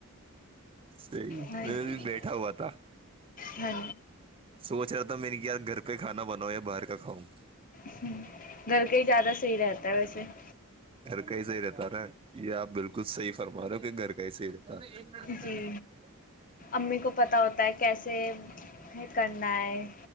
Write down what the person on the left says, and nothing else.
ہاں
جی
ہاں
ہ گل کے <unintelligible> زیادہ صحیح رہتا ہے ویسے <inaudible>
جی امی کو پتہ ہوتا ہے کیسے کرنا ہے